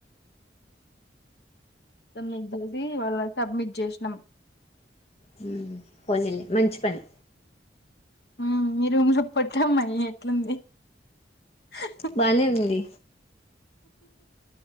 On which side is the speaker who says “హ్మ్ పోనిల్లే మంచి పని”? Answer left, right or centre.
Left